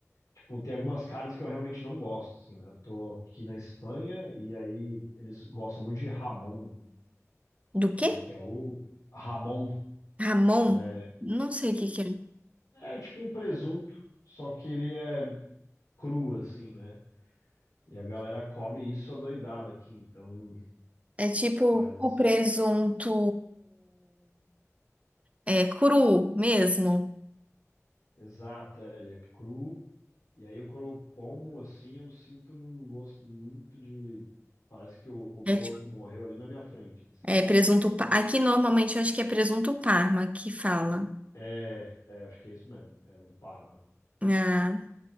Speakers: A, on the left; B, on the right.
A: Tipo, tem algumas carnes que eu realmente não gosto, assim, né? Eu tô aqui na Espanha e aí eles gostam muito de jamón,
B: Do
A: né?
B: quê?
A: Que é o Ramon,
B: Ramon?
A: né?
B: Não sei o que que é.
A: É tipo um presunto, só que ele é cru, assim, né? E a galera come isso adoidado aqui, então...
B: É tipo
A: Mas,
B: o presunto é cru mesmo.
A: exato, é, ele é cru. E aí eu quando eu como, assim, eu sinto um gosto muito de... Parece que o, o porco
B: É, tipo-
A: morreu ali na minha frente, assim.
B: é presunto. pa- Aqui normalmente eu acho que é presunto Parma que fala.
A: É, é, acho que é isso mesmo, é o Parma.
B: Ah,